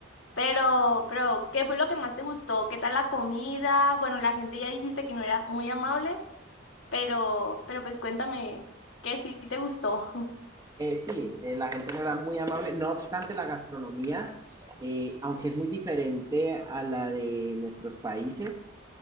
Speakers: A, on the left; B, on the right.
A: pero, pero, ¿qué fue lo que más te gustó? ¿Qué tal la comida? Bueno, la gente ya dijiste que no era muy amable, pero, pero pues cuéntame, ¿qué sí te gustó? <laughs>
B: eh, sí, eh, la gente no era muy amable, no obstante la gastronomía, eh, aunque es muy diferente a la de nuestros países,